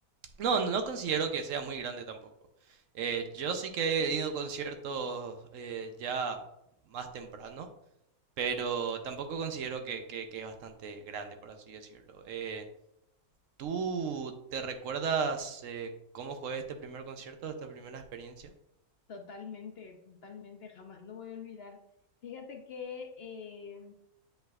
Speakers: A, on the right; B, on the left.
A: no, no considero que sea muy grande tampoco. Eh, yo sí que he ido a conciertos eh, ya más temprano, pero tampoco considero que, que- que es bastante grande, por así decirlo. Eh, ¿tú te recuerdas eh, cómo fue este primer concierto, esta primera experiencia?
B: Totalmente, totalmente, jamás lo voy a olvidar. Fíjate que eh,